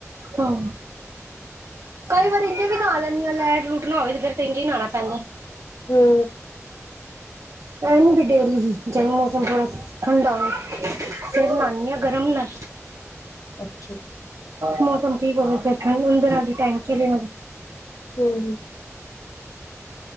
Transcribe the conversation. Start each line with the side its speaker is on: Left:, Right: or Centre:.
Right: ਹਾਂ। ਕਈ ਵਾਰ ਇੰਝ ਵੀ ਨਹਾ ਲੈਂਦੀ ਹਾਂ। ਲੈਟ- ਲੂਟ ਨਾ ਹੋਵੇ ਤੇ, ਫੇਰ ਇੰਝ ਹੀ ਨਹਾਣਾ ਪੈਂਦਾ।
Left: ਹੂੰ।
Right: ਇਹ ਨੀ ਵੀ ਡੇਲੀ ਹੀ। ਜਾ ਮੌਸਮ ਥੋੜਾ ਠੰਡਾ ਹੋਵੇ ਫੇਰ ਹੀ ਨਹਾਣੀ ਆ। ਗਰਮ ਨਾਲ।
Left: ਅੱਛਾ।
Right: ਮੌਸਮ ਠੀਕ ਹੋ ਗਏ ਫੇਰ ਠੰਡ ਅੰਦਰ ਆ ਕੇਹ ਟਾਈਮ ਚਲੇ
Left: ਹੂੰ।